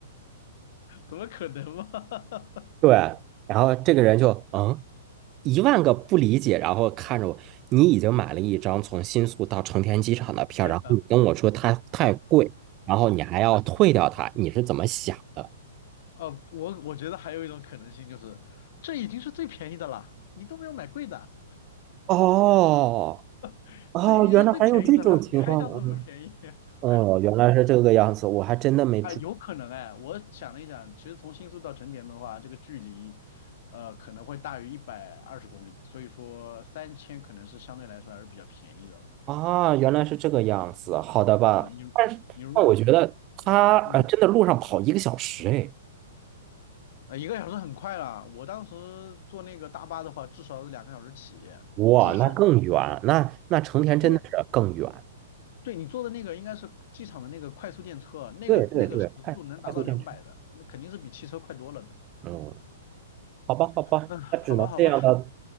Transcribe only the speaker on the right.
对，然后这个人就嗯，一万个不理解，然后看着我，你已经买了一张从新宿到成田机场的票，
然后你跟我说它太贵，然后你还要退掉它，你是怎么想的？
哦
哦，
原来还有这种情况啊！
哦，原来是这个样子，我还真的没注意
啊，原来是这个样子，
好的吧？
但是，
但我觉得他呃，
真的路上跑一个小时，哎，
哇，
那更远，那那成田真的是更远。
对对对，快快速电池。
嗯好吧，好吧，
那只能这样了。